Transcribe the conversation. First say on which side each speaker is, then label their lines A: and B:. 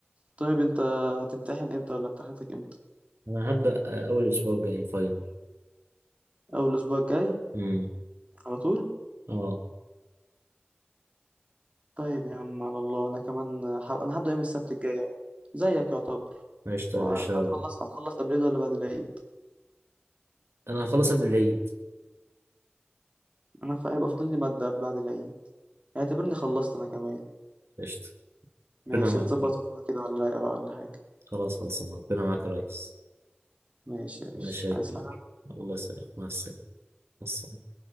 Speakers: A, on the right; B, on the right.
A: طيب انت هتمتحن امتى ولا امتحاناتك امتى
B: انا هبدأ آه، اول اسبوع الجاي فاينل
A: اول الاسبوع الجاي
B: امم
A: على طول
B: اه
A: طيب يا عم على الله انا كمان ح... انا هبدا يوم السبت الجاي اهو زيك يعتبر
B: قشطة
A: وانت
B: يا باشا
A: هتخلص هتخلص قبل العيد ولا بعد العيد
B: انا هخلص قبل العيد
A: انا ف- هيبقى فاضل لي ماده بعد العيد اعتبرني خلصت انا كمان
B: قشطة
A: ماشي
B: ربنا معاك
A: نظبط
B: يا رب.
A: خروجه كده ولا رايقه بقى ولا حاجه
B: خلاص خلاص ربنا معاك يا ريس
A: ماشي يا باشا
B: ماشي يا
A: عايز
B: كبير
A: حاجة
B: الله يسلمك مع السلامة مع السلامة.